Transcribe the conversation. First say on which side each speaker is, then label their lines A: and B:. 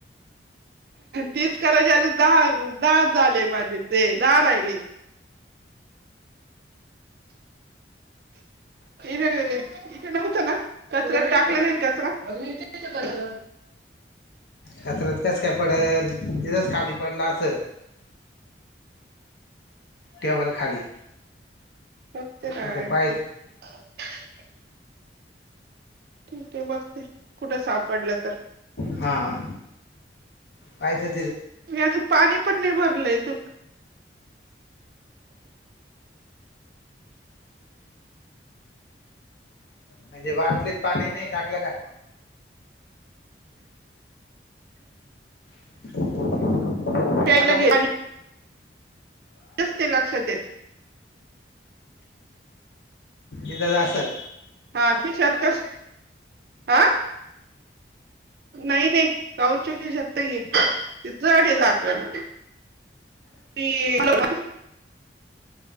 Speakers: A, on the right (about 55°); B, on the left (about 65°).
A: तीच करायची आता धा-धाच झाले माझे ते दहा राहिले. इ इथ नव्हत ना कचरात टाकलं नाही कचरा? आजून इथे <unintelligible> कचरा.
B: कचऱ्यात कसं काय पडल, तितच खाली पडलं असंल. टेबल खाली.
A: फक्त काय
B: तिथं पाहायचं
A: <unintelligible> ठीके बघते, कुठं सापडलं तर.
B: हां, काय तर
A: मी अजू पाणी पण नई भरलंय तूक
B: म्हणजे बाटलीत पाणी नई टाकलं का? <inaudible>
A: प्यायला
B: हॅलो
A: घे <unintelligible> तेच ते लक्षात येत.
B: इतच आसल.
A: हां खिशात कस? हां, नाई-नई काऊन <unintelligible> शकतय ये <unintelligible> झाकन. पी <unintelligible>